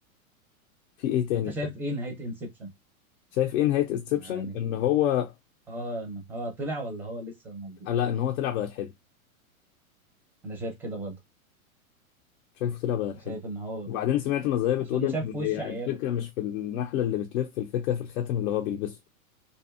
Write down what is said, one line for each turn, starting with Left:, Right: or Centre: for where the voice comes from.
Left: في ايه تاني
Centre: انت شايف
Left: حلو
Centre: ايه نهاية انسبشن
Left: شايف ايه نهاية انسبشن
Centre: يعني
Left: ان هو
Centre: اه إن هو طلع ولا هو لسه موجود
Left: آه لا ان هو طلع بدل الحلم
Centre: انا شايف كده برضه
Left: شايفه طلع بدل الحلم
Centre: شايف ان هو
Left: وبعدين سمعت نظرية بتقول
Centre: عشان
Left: ان
Centre: شاف في وش
Left: هي
Centre: عياله
Left: الفكرة مش في النحلة اللي بتلف الفكرة في الخاتم اللي هو بيلبسه